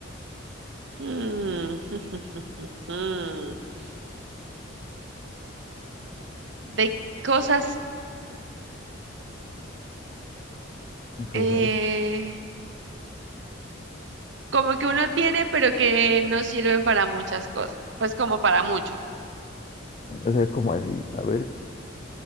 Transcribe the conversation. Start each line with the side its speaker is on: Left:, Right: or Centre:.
Right: Mm, <laughs> de cosas
Left: cosas,
Right: eh, como que uno tiene, pero que no sirven para muchas cosas, pues como para mucho.
Left: o sea, como así, a ver,